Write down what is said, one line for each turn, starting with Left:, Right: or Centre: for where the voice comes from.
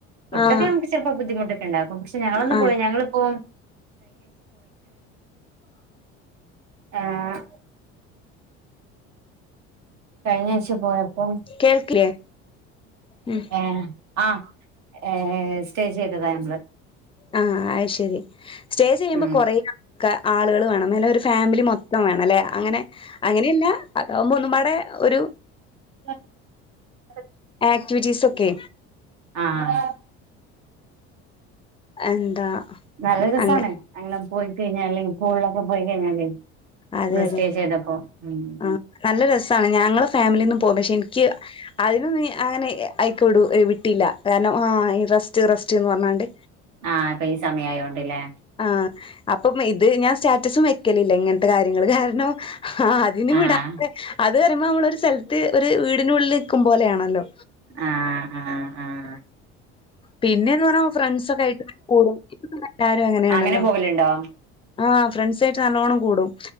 Right: ഫുഡൊക്കെ
Left: ആഹ്
Right: നമുക്ക് ചെലപ്പോ ബുദ്ധിമുട്ട് ട്ട്ണ്ടാക്കും പക്ഷെ ഞങ്ങളന്ന്
Left: ആഹ്
Right: പോയി ഞങ്ങള് പ്പോ ഏഹ് കഴിഞാഴ്ച്ച പോയപ്പോ
Left: കേൾക്കില്ലേ ഉം
Right: ഏ ആ ഏ സ്റ്റേ ചെയ്തതാ ഞമ്മള്
Left: ആ അത് ശെരി സ്റ്റേചെയ്യുമ്പോ
Right: ഉം
Left: കൊറേ ആൾക്ക ആളുകള് വേണം ഇന്നാലൊരു ഫാമിലി മൊത്തം വേണല്ലെ അങ്ങനെ അങ്ങനെല്ല അതാകുമ്പോ ഒന്നുംമ്പാടെ ഒരു
Right: <inaudible>
Left: ആക്ടിവിറ്റീസൊക്കെ
Right: ആഹ്
Left: എന്താ
Right: നല്ലരസാണ്
Left: അങ്ങ്
Right: അങ്ങനെ പോയി കൈഞാല് സ്കൂളിലൊക്കെ പോയികൈഞ്ഞാല് നമ്മള്
Left: അതെ അതെ
Right: സ്റ്റേ ചെയ്തപ്പോ ഉം
Left: ആഹ് നല്ല രസാണ് ഞങ്ങള് ഫാമിലിന്ന് പോം പക്ഷെ ഇനിക്ക് അത് ഇത് നീ അങ്ങനെ അയ്ക്ക്‌ടു വിട്ടീല്ല കാരണം ആ ഈ റെസ്റ്റ് റെസ്റ്റ് ന്ന് പർഞ്ഞാണ്ട്
Right: ആ പ്പീ ഈ സമയായോണ്ട്ലെ
Left: ആ അപ്പം ഇത് ഞാൻ സ്റ്റാറ്റസും വെക്കലില്ല ഇങ്ങൻത്തെ കാര്യങ്ങള് കാരണം ആ അതിന്
Right: ആഹ്
Left: വിടാത്തെ അത് പറയുമ്പോ നമ്മളൊരു സ്ഥലത്ത് ഒരു വീടിനുള്ളിലിക്കുമ്പോലാണല്ലോ
Right: ആ ആ ആ
Left: പിന്നെന്ന് പറഞ്ഞാ ഫ്രണ്ട്സൊക്കായിട്ട് കൂടും ഇപ്പക്കെ എല്ലാരും അങ്ങനെയാണല്ലോ
Right: അങ്ങനെ പോവലുണ്ടോ
Left: ആഹ് ഫ്രണ്ട്സായിട്ട് നല്ലോണ്ണം കൂടും